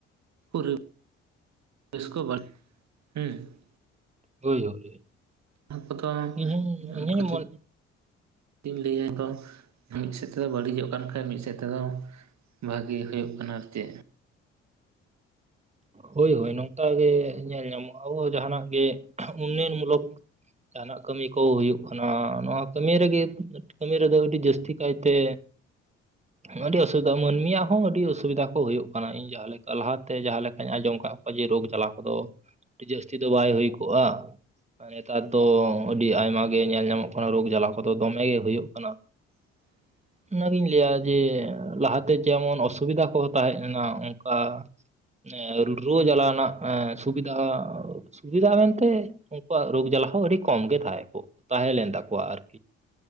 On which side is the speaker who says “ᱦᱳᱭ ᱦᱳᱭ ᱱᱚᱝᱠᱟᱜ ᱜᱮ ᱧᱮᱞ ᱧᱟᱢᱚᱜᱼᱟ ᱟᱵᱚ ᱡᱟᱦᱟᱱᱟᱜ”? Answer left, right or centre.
Right